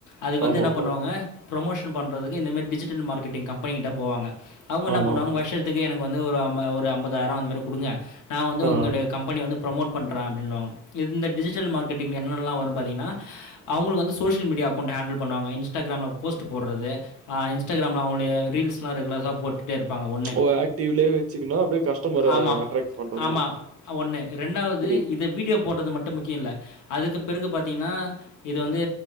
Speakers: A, on the left; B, on the right.
A: அதுக்கு வந்து
B: ஆமா
A: என்ன
B: ப்ரோ.
A: பண்ணுவாங்க ப்ரொமோஷன் பண்றதுக்கு இந்த மாரி டிஜிட்டல் மார்கெட்டிங் கம்பெனிகிட்ட போவங்க அவுங்க என்ன
B: ஆமா
A: பண்ணுவாங்க
B: ப்ரோ.
A: வர்ஷத்துக் வந்து ஒரு அம் ஒரு அம்பதாய்ரோ அந்த மாரி குடுங்க நா வந்து
B: ஆ
A: உங்களுடைய கம்பெனி வந்து ப்ரொமோட் பண்ற அப்டின்வாங்க இந்த டிஜிட்டல் மார்கெட்டிங் என்னனெல்லா வரும் பாத்திங்ன்னா அவுங்களுக்கு வந்து சோஷியல் மீடியா ப்டியே அக்கௌண்ட் ஹேண்டெல் பண்ணுவாங்க இன்ஸ்டாக்ராம்ல போஸ்ட் போட்றது ஆ இன்ஸ்டாகிராம்ல அவுங்களுடைய ரீல்ஸ்லா ரெகுலரா போட்டுட்டே இருபாங்க ஒன்னே
B: ஓ ஆக்டிவ்லயே வச்சுக்கணும். அப்படியே கஸ்டமர
A: ஆமா
B: அட்ராக்ட் பண்ற
A: ஆமா
B: மாரி.
A: ஒன்னு ரெண்டாவுது
B: புரியுது.
A: இத வீட் டியோ போட்டது மட் டும் முக்கியோ இல்ல அதுக்கு பிறகு பாத்தீங்ன்னா இது வந்து